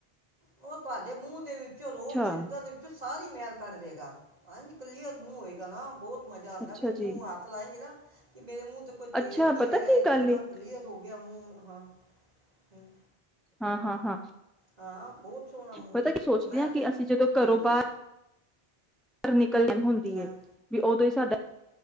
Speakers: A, on the right; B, in the centre.
A: ਉਹ ਤੁਹਾਡੇ ਮੂੰਹ ਦੇ ਵਿੱਚ ਰੋਮ
B: ਅੱਛਾ
A: ਸ਼ਹੀਦਾਂ ਦੇ ਵਿੱਚੋਂ ਸਾਰੀ ਮੈਲ ਕਰ ਦੇਗਾ ਹਾਂਜੀ ਕਲੀ ਆਂਗਨ ਮੂੰਹ ਹੋਏਗਾ ਨਾ ਬਹੁਤ ਮਜਾ ਆਂਦਾ
B: ਅੱਛਾ
A: ਵੀ ਮੂੰ
B: ਜੀ
A: ਹੱਥ ਲਾਏਂਗੀ ਨਾ ਕਿ ਮੇਰੇ ਮੂੰਹ ਤੇ ਕੋਈ ਤੇਲ
B: ਅੱਛਾ
A: ਨੀ
B: ਪਤਾ
A: ਹੈ,
B: ਕੀ ਗੱਲ
A: ਕਿੰਨਾ
B: ਏ
A: ਕਲੀਅਰ ਹੋ ਗਿਆ ਮੂੰ, ਹਾਂ, ਹੂੰ
B: ਹਾਂ, ਹਾਂ, ਹਾਂ
A: ਹਾਂ ਸੋਹਣਾ ਮੂੰਹ
B: ਪਤਾ ਕੀ ਸੋਚਦੇ
A: ਮੈਂ
B: ਆ
A: ਤੇ
B: ਕਿ ਅਸੀਂ ਜਦੋਂ
A: ਹਾਂਜੀ
B: ਘਰੋਂ ਬਾਰ ਨਿਕ ਕਲਣ ਹੁੰਦੀ
A: ਹਾਂ
B: ਏ, ਵੀ ਉਦੋਂ ਹੀ ਸਾਡਾ